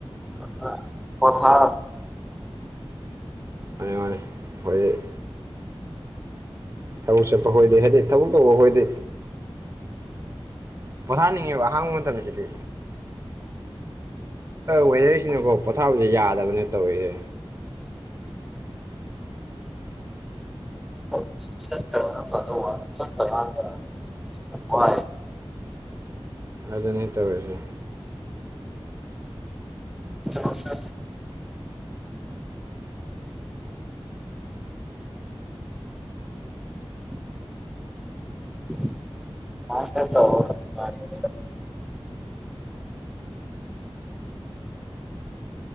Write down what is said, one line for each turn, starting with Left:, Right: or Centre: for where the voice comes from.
Centre: ꯑ ꯀꯣꯊꯥ
Right: ꯍꯣꯏ ꯊꯕꯛ ꯆꯠꯄ ꯈꯣꯏꯗꯤ ꯍꯥꯏꯗꯤ ꯊꯕꯛ ꯇꯧꯕ ꯈꯣꯏꯗꯤ ꯄꯣꯊꯥꯅꯤꯡꯉꯦꯕ ꯑꯍꯥꯡꯕ ꯃꯇꯝ ꯁꯤꯗꯤ ꯋꯦꯗꯔꯁꯤꯅꯀꯣ ꯄꯣꯊꯥꯕꯁꯦ ꯌꯥꯗꯕꯅꯦ ꯇꯧꯔꯤꯁꯦ <unintelligible>
Centre: ꯍ ꯆꯠꯈ꯭ꯔꯒꯅ ꯐꯗꯧꯕ ꯆꯠꯇꯀꯥꯟꯗ ꯋꯥꯏ
Right: ꯑꯗꯨꯅꯦ ꯇꯧꯔꯤꯁꯦ
Centre: ꯆꯠꯂꯣ ꯁ ꯎ ꯃꯥ <unintelligible>